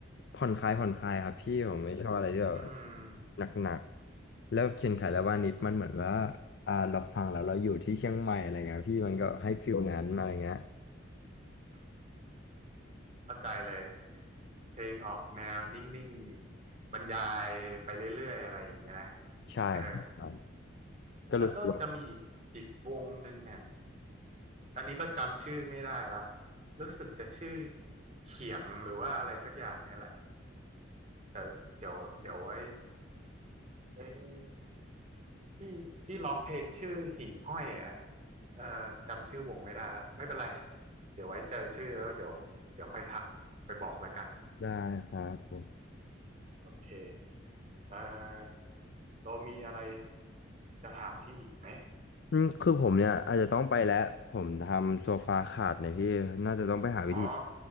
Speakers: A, on the left (about 55°); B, on the right (about 35°).
A: ผ่อนคลายผ่อนคลายครับพี่ผมไม่ชอบอะไรที่แบบ
B: อืม
A: หนักๆแล้วเขียนไข่และวานิดมันเหมือนว่าอ่าเราฟังแล้วเราอยู่ที่เชียงใหม่อะไรเงี้ยพี่มันก็ให้ฟิลนั้นอะไรเงี้ย
B: อืมอืมอืมเข้าใจเลย เพลงออกแนวนิ่งๆบรรยายไปเรื่อยๆอะไรอย่างเงี้ยนะ
A: ใช่ครับครับ
B: เออ
A: ก็รู้สึกว่า
B: แล้วก็จะมีอีกอีกวงหนึ่งอ่ะอันนี้ก็จำชื่อไม่ได้ละรู้สึกจะชื่อเขียงหรือว่าอะไรสักอย่างเนี่ยแหละแต่เดี๋ยวเดี๋ยวไว้เอ้ยที่ที่ร้องเพลงชื่อหิ่งห้อยอ่ะเอ่อจำชื่อวงไม่ได้ละไม่เป็นไรเดี๋ยวไว้เจอชื่อแล้วเดี๋ยวเดี๋ยวค่อยทักไปบอกละกัน
A: ได้ครับผม
B: โอเคเอ่อเรามีอะไร จะถามพี่อีกไหม
A: อืมคือผมเนี่ยอาจจะต้องไปแล้วผมทำโซฟาขาดเนี่ยพี่น่าจะต้องไปหาวิธี
B: อ๋อ